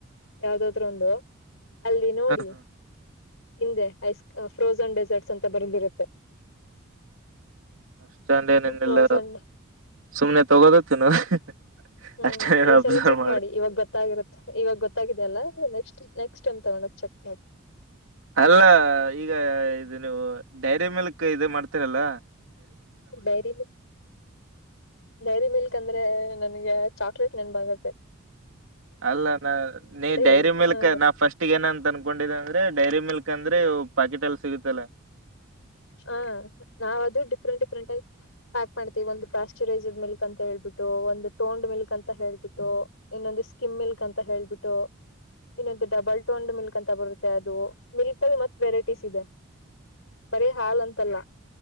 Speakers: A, on the left; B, on the right.
A: ಯಾವ್ದಾದ್ರೊಂದು ಅಲ್ಲಿ ನೋಡಿ
B: ಹಾ ಹಾ
A: ಹಿಂದೆ ಐಸ್ ಫ್ರೋಸನ್ ಡೆಸರ್ಟ್ಸ್ ಅಂತ ಬರಿಂದಿರುತ್ತೆ
B: ಅಸ್ಟೊಂದು <unintelligible> ನಿನ್ನಲ್ಲ
A: ಫ್ರೋಸನ್
B: ಸುಮ್ನೆ ತಗೋದು ತಿನ್ನೋದು
A: ಹ್ಮ್
B: ಅಷ್ಟೇ
A: ಈ
B: ಅಬ್ಸರ್ವ್
A: ಸಲ ಚೆಕ್ ಮಾಡಿ ಇವಾಗ ಗೊತ್ತಾಗಿರುತ್ತೆ ಇವಾಗ ಗೊತ್ತಾಗಿದೆಯಲ್ಲ ನೆಕ್ಸ್ಟ್ ನೆಕ್ಸ್ಟ್ ಟೈಮ್ ತಗೊಂಡಾಗ ಚೆಕ್ ಮಾಡಿ
B: ಅಲ್ಲ ಈಗ ಇದು ನೀವು ಡೈರಿ ಮೇಲ್ಕ್ ಇದು ಮಾಡ್ತೀರಲ್ಲ
A: ಡೈರಿ ಮಿಲ್ಕ್ ಡೈರಿ ಮಿಲ್ಕ್ ಅಂದ್ರೆ ನನ್ಗೆ ಚಾಕ್ಲೇಟ್ ನೆನಪಾಗುತ್ತೆ
B: ಅಲ್ಲ ನ ನೀ ಡೈರಿ
A: ಹೇಳಿ
B: ಮಿಲ್ಕ್
A: ಹ
B: ನಾ ಫಸ್ಟ್ಗ ಏನಂತ ಅನ್ಕೊಂಡಿದ್ದ ಅಂದ್ರೆ ಡೈರಿ ಮಿಲ್ಕ್ ಅಂದ್ರೆ ಪಾಕೆಟ್ ಅಲ್ಲಿ ಸಿಗುತಲ್ಲ
A: ಹ ನಾವ್ ಅದು ಡಿಫ್ರೆಂಟ್ ಡಿಫ್ರೆಂಟ್ ಆಗ ಪ್ಯಾಕ್ ಮಾಡ್ತೇವಿ ಒಂದು ಪಾಶ್ಚರೈಸಡ್ ಮಿಲ್ಕ್ ಅಂತ ಹೇಳ್ಬಿು ಒಂದು ಟೋಂಡ್ ಮಿಲ್ಕ್ ಅಂತ ಹೇಳ್ಬಿಟ್ಟು ಇನ್ನೊಂದು ಸ್ಕಿಮ್ ಮಿಲ್ಕ್ ಅಂತ ಹೇಳ್ಬಿಟ್ಟು ಇನ್ನೊಂದು ಡಬಲ್ ಟೋಂಡ್ ಮಿಲ್ಕ್ ಅಂತ ಬರುತ್ತೆ ಅದು ಮಿಲ್ಕ್ ಅಲ್ಲಿ ಮತ್ ವೆರೈಟೀಸ್ ಇದೆ
B: <inaudible>
A: ಬರೀ ಹಾಲ್ ಅಂತಲ್ಲ